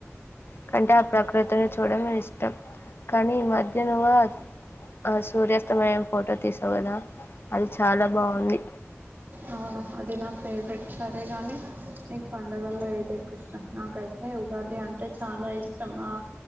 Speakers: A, on the left; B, on the right.
A: కంటే ఆ ప్రకృతిని చూడడం ఇష్టం కానీ ఈ మధ్య నువ్వు ఆ సూర్యాస్తమ ఫోటో తీసావు కదా అది చాలా బాగుంది
B: అవును అది నా ఫేవరెట్ సరే గాని నీకు పండుగల్లో ఏది ఎక్కువ ఇ నాకైతే ఉగాది అంట అంటే చాలా ఇష్టం ఆ